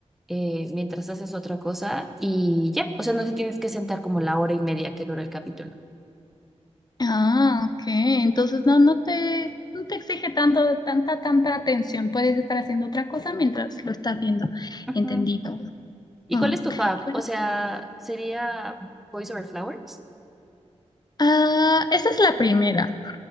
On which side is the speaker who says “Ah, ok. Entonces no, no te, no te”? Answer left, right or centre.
Left